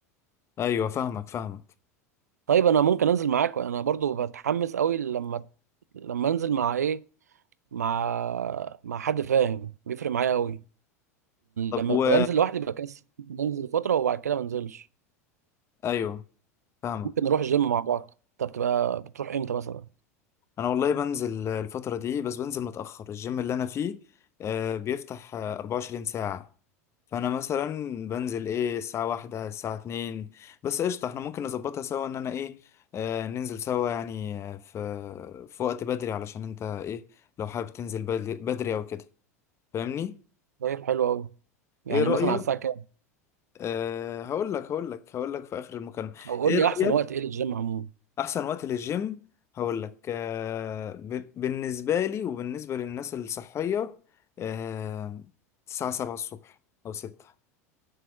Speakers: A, on the left; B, on the right.
A: ايوه فاهمك فاهمك
B: طيب انا ممكن انزل معاك انا برضو بتحمس قوي لما لما انزل مع ايه مع مع حد فاهم بيفرق معايا قوي
A: طب
B: لما
A: و
B: بنزل لوحدي بكسل بنزل فتره وبعد كده ما انزلش
A: ايوه فاهمك
B: ممكن نروح جيم مع بعض انت بتبقى بتروح امتى مثلا
A: انا والله بنزل الفترة دي بس بنزل متأخر الجيم اللي انا فيه آه، بيفتح آه، 24 ساعة فانا مثلا بنزل ايه الساعة واحدة الساعة اتنين بس قشطة احنا ممكن نظبطها سوا ان انا ايه آه، ننزل سوا يعني آه، في في وقت بدري علشان انت ايه لو حابب تنزل بدري بدري او كده فاهمني
B: طيب حلو قوي يعني
A: ايه رأيك
B: مثلا على الساعه كام
A: أه هقول لك هقول لك هقول لك في اخر المكالمة
B: او قول
A: ايه
B: لي
A: رأيك
B: احسن وقت ايه للجيم عموما
A: احسن وقت للجيم هقول لك آه، ب- بالنسبه لي وبالنسبه للناس الصحيه آه، الساعه 7 الصبح او 6